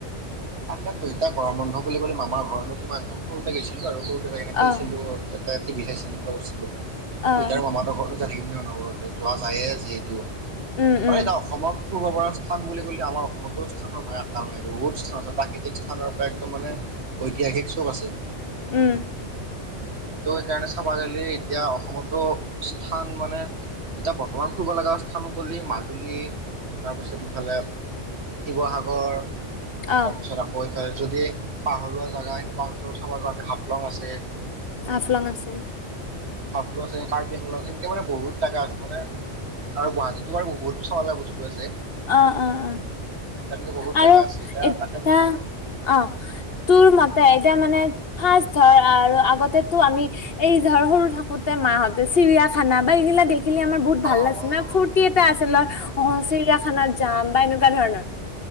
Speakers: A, on the right; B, on the left.
A: তাকেটো ইতা গৰম বন্ধ বুলি ক'লে মামাৰ ঘৰনো কিমান যাম সৰুতে গৈছিলো আৰু সৰুতে থাক কিনে খেলছিলোয়া
B: অ
A: বিঠাইছিলো কিবা কৰিছিলোঁ, কিন্তু
B: অ
A: তাৰ মামাৰ ঘৰত নো যা থাকিবম ন ন ঘৰতে যোৱা যায়ে যিহেতু
B: উম,
A: মানে
B: উম,
A: এটা অসমৰ পূৰ্ব পৰা স্থান বুলি কলে আমাৰ অসমতো স্থানৰ ভাই আকাল নাই, বহুত স্থান আছে। প্ৰাকৃতিক স্থানৰ পৰা একদম মানে ঐতিহাসিক চব আছে।
B: উম।
A: ত' সেইকাৰণে চাবা গ'লে এতিয়া অসমতো স্থান মানে এতিয়া বৰ্তমান ফুৰিব লগা স্থান কলি মাজুলী, তাৰপিছত ইফালে শিৱসাগৰ
B: অ',
A: তাৰপিছত আকৌ এইফাল যদি পাহৰুৱা জেগা সেনেকুৱা অঞ্চল চাব যাওঁ আমি হাফলং আছে।
B: আফলং আছে।
A: আফলং আছে, কাৰ্বি-আংলং সেনেকে মানে বহুত জেগা আছে মানে আৰু গুৱাহাটীতো আৰু বহুত চলা বস্তু আছে।
B: অ, অ, অ
A: তেনেকে বহুত
B: আৰু
A: জেগা আছে এতিয়া
B: ইতা,
A: তাকে ভাবছো
B: অ, তোৰ মতে এতিয়া মানে ফাচ ধৰ আৰু আগতেতো আমি এই ধৰ সৰু থাকোঁতে মাহঁতে চিৰিয়াখানা বা এইগিলা দেখ খিনি আমাৰ বহুত ভাল
A: অ
B: লাগিছিল
A: অ অ
B: না ফুৰ্তি
A: অ
B: এটা আছিল
A: উম
B: আৰু অ
A: উম
B: চিৰিয়া যাম বা এনেকুৱা ধৰণৰ।